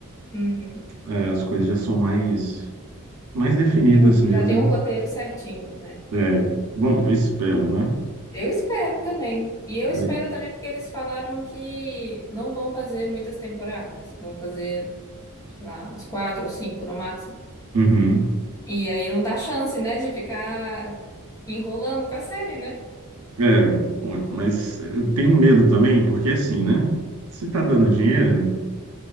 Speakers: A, on the left (about 15°); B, on the right (about 80°).
A: Uhum.
B: eh, as coisas já são mais mais definidas
A: Tem-
B: mesmo.
A: Já tem um roteiro certinho, né?
B: É, bom, eu espero, né?
A: Eu espero também. E eu espero
B: Eu-
A: também porque eles falaram que não vão fazer muitas temporadas. Vão fazer, sei lá, umas quatro ou cinco no máximo.
B: Uhum.
A: E aí não dá chance, né, de ficar enrolando com a série, né?
B: É, mas eu tenho medo também, porque assim, né? Se tá dando dinheiro,